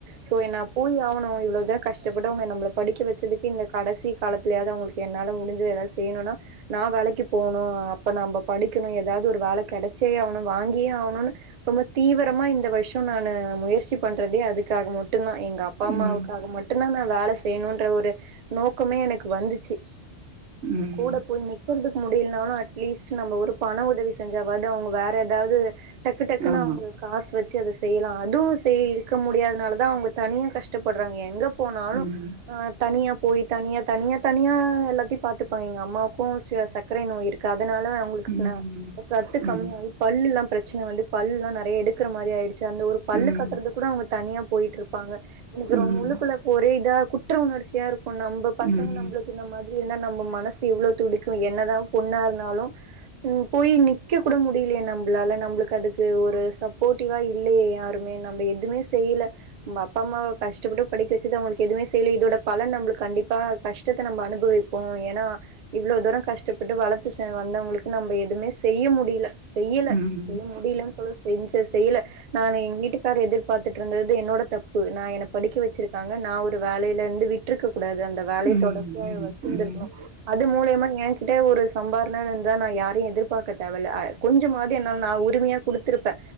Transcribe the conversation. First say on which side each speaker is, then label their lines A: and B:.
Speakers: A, on the right (about 55°); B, on the right (about 85°).
A: சோ எ நா போய் ஆவணு இவ்ளவ் தா கஷ் டப்பட்டு அவுங்க நம்ள படிக்க வெச்சதுக்கு இந்த கடசி காலத்துலயாவ்து அவுங்களுக்கு என்னால முடிஞ்சது எதா செய்யணுன்னா நா வே லைக்கு போனு அப்ப நம்ப படிக்கணு எதாவ்து ஒரு வேல கெடச்சே ஆவணு வாங்கியே ஆவணுனு ரொம்ப தீவரமா இந்த வர் ஷோ நானு முயற்சி பண்றதே அதுக்காக மட்டுந்தா எங்கப்பா, அம்மாவுக்காக
B: ம் ம்
A: மட்டுந்தா நா வேல செய்யணுன்ற ஒரு நோக்கமே எனக்கு வந்துச்சு
B: ம்
A: கூட
B: ம்.
A: போய் நிக்கறதுக்கு முடியில்னாலு அட்லீஸ்ட்டு நம்ம ஒரு பண உதவி செஞ்சாவாது அவங்க வேற எதாவ்து டக்கு டக் குனு
B: ஆமா
A: அவங்க காஸ் வெச்சி அத செய்யலா அதுவு செய் இருக்க முடியாதனால தா அவுங்க தனியா கஷ்டப்பட்றாங்க எங்க போனாலு
B: ம்
A: ஆ தனியா போய் தனியா தனியா தனியா எல்லாத்தையு பாத்துப் பே எங்கம்மாக்கு சு சக்கரை நோய் இருக்கா அதனால அவுங்களுக்கு
B: ம் ம்
A: நா சத்து
B: ம்
A: கம்மியாயி பல்லுல்லா பிரச்சன வந்து பல்ல்லா நெறைய எடுக்கற மாரி ஆயிடுச்சி அந்த ஒரு பல்லு
B: ம்
A: கட்றதுக்கூட அவுங்க தனியா போயிட்ருப்பாங்க எனக்கு
B: ம் ம்
A: ரொம் உள்ளுக்குள்ள ஒரே இதா குற்ற உணர்ச்சியா இருக்கு நம்ப பசங்க
B: ம்
A: நம் ப்ளுக்கு இந்த மாத்ரி இருந்தா நம்ப மனசு எவ்ளோ துடிக்கு என்ன தா பொண்ணா இருந்தாலு ம் போயி நிக் கக் கூட முடியிலயே நம்ப்ளால நம்ப்ளுக்கு அதுக் கு ஒரு சப்போட்டிவா இல்லயே யாருமே நம்ப எதுமே செய்யல ம அப்பா அம்மாவ கஷ்டப்பட்டு படிக்க வச்சது அவுங்களுக்கு எதுமே செய்லயே இதோட பலன் நம்ப்ளுக் கண்டிப்பா கஷ்டத்த நம்ப அனுபவிப்போ ஏனா இவ்ளோ தூரோ கஷ்டப்பட்டு வளத்து சே வந்தவங்களுக்கு நம்ப எதுமே செய்ய முடியில செய்யல
B: ம்
A: செய்ய
B: ம்
A: முடியிலன் சொல்லல செஞ்ச செய்யல நானு எங் வீட்டுக்கார எதிர்பாத்துட்ருந்தது என்னோட தப்பு நா என்ன படிக்க வெச்சிருக்கா ங்க நா ஒரு வேலைலருந்து விட்ருக்க கூடாது அந்த வேலய
B: ம்
A: தொடர்ச்சியா வெ ச்சிருந்துருக்கனு அது மூலியமா ஏ கிட்ட ஒரு சம்பார்ணனு இர்ந்தா நா யாரையு எதிர்பாக்க தேவல்ல அய் கொஞ் சமாது என்னால நா உரிமையா குடுத்திருப்பே